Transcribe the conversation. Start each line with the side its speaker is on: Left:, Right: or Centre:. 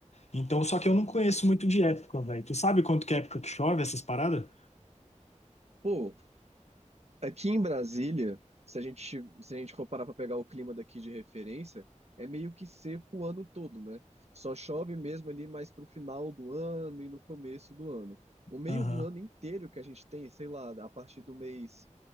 Left: Então, só que eu não conheço muito de época, velho. Tu sabe quanto que é época que chove essas paradas?
Right: Pô, aqui em Brasília, se a gente, se a gente for parar pra pegar o clima daqui de referência, é meio que seco o ano todo, né? Só chove mesmo ali mais pro final do ano e no começo do ano. O meio
Left: Aham.
Right: do ano inteiro que a gente tem, sei lá, a partir do mês